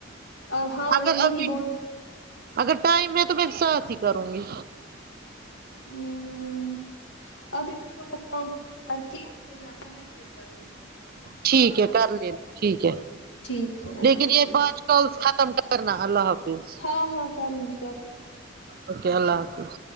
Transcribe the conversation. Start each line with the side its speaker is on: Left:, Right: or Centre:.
Left: اب ہاں وہ
Right: اگر
Left: یہی
Right: ابھی
Left: بول رہ
Right: اگر ٹائم ہے تو میں ساتھ ہی کروں گی
Left: ہ ابھی میں تھوڑا فم فکس کر کے پھر میں تو میسیج کروں گی
Right: ٹھیک ہے کر ل ٹھیک ہے
Left: ٹھیک ہے اللہ
Right: لیکن
Left: حافظ
Right: یہ پانچ کالز ختم کرنا اللہ حافظ
Left: ہاں ہاں کروں گی کیتا
Right: اوکے اللہ حافظ